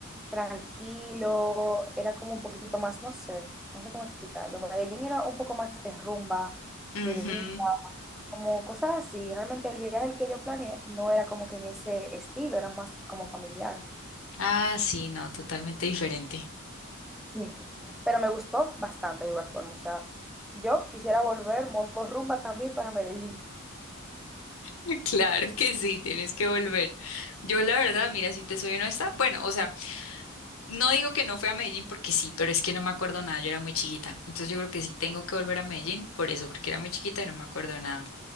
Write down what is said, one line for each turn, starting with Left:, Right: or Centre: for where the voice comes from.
Centre: tranquilo, era como un poquito más, no sé, no sé cómo explicarlo. Medellín era un poco más de rumba,
Left: Ujú.
Centre: de bebida, como cosas así. Realmente el viaje el que yo planeé no era como que en ese estilo, era más como familiar. <laughs>
Left: Ah, sí, no, totalmente diferente.
Centre: Sí. Pero me gustó bastante de igual forma. O sea, yo quisiera volver modo rumba también para Medellín.
Left: <laughs> Claro que sí, tienes que volver. Yo la verdad, mira, si te soy honesta, bueno, o sea, no digo que no fue a Medellín porque sí, pero es que no me acuerdo nada, yo era muy chiquita. Entonces yo creo que sí tengo que volver a Medellín por eso, porque era muy chiquita y no me acuerdo nada.